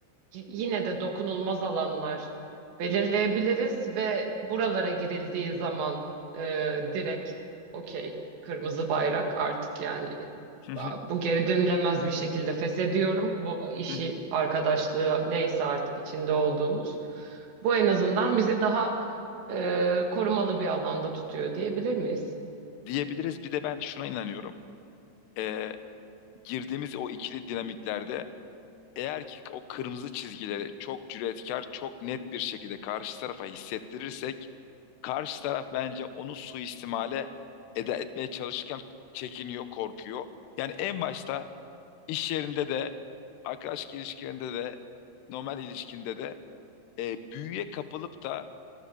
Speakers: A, on the right; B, on the left.
A: y- yine de dokunulmaz alanlar belirleyebiliriz ve buralara girildiği zaman e, direkt okey kırmızı bayrak artık yani
B: Hı hı.
A: bu geri dönülemez bir şekilde feshediyorum. Bu işi,
B: Hı hı.
A: arkadaşlığı neyse artık içinde olduğumuz. Bu en azından bizi daha e, korumalı bir alanda tutuyor diyebilir miyiz?
B: diyebiliriz. Bir de ben şuna inanıyorum. Ee, girdiğimiz o ikili dinamiklerde eğer ki o kırmızı çizgileri çok cüretkar, çok net bir şekilde karşı tarafa hissettirirsek, karşı taraf bence onu suistimale eda etmeye çalışırken çekiniyor, korkuyor. Yani en başta iş yerinde de, arkadaş ilişkilerinde de, normal ilişkinde de e, büyüye kapılıp da